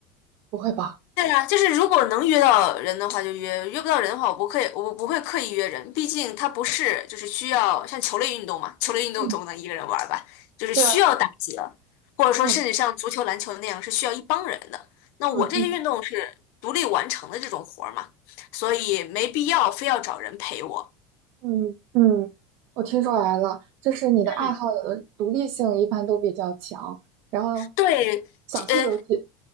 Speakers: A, on the right; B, on the left.
A: 不会吧？
B: 对呀，就是如果能约到人的话就约，约不到人的话我不刻意，我不会刻意约人，毕竟它不是就是需要像球类运动嘛，球类运动总不能一个人玩儿吧，
A: 嗯，
B: 就是需要打几个，
A: 是啊，
B: 或者说甚至像足球、
A: 嗯
B: 篮球那样是需要一帮人的。那我这些运动是独立完成的这种活儿嘛，
A: 嗯嗯
B: 所以没必要非要找人陪我。
A: 嗯嗯，我听出来了，就是你的爱好有的独立性一般都比较强，
B: 嗯，
A: 然后
B: 对，
A: 想去就去，
B: 这呃，